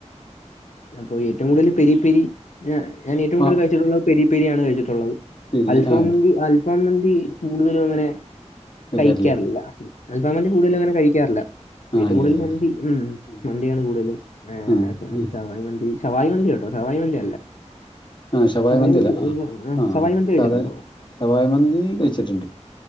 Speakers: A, on the left; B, on the left.
A: അപ്പൊ ഏറ്റവും കൂടുതൽ പെരിപ്പെരി ഞാ ഞാൻ ഏറ്റവും കൂടുതൽ
B: ആ
A: കഴിച്ചിട്ടുള്ളത് പെരി പെരിയാണ് കഴിച്ചിട്ടുള്ളത്
B: പിരി
A: അൽഫാമന്തി
B: ആ
A: അൽ അൽഫാമന്തി കൂടുതലും അങ്ങനെ
B: കരില്ല
A: കഴിക്കാറില്ല അൽഫാമന്തി കൂടുതലും അങ്ങനെ കഴിക്കാറില്ല
B: ആ
A: ഏറ്റവും
B: ഇല്ല
A: കൂടുതൽ
B: ഇല്ല
A: മന്തി ഉം
B: ആ
A: മന്തിയാണ് കൂടുതലും ആഹ്
B: ആ ആ
A: ശവായി മന്തി ശവായി മന്തി കേട്ടോ ശവായി മന്തി അല്ല
B: ആഹ് ശവായി
A: ഷവായി
B: മന്തിയല്ല
A: മന്തി
B: ആഹ്
A: ഏർ,
B: ആഹ്
A: ഷവായി മന്തി കഴിച്ചിട്ടുണ്ടോ
B: സാധാ ശവായി മന്തി കഴിച്ചിട്ടുണ്ട്